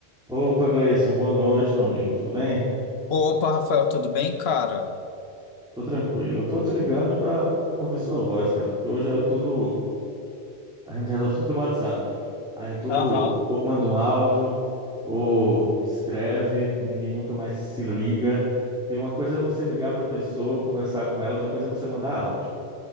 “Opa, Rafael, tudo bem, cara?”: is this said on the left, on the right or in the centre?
Left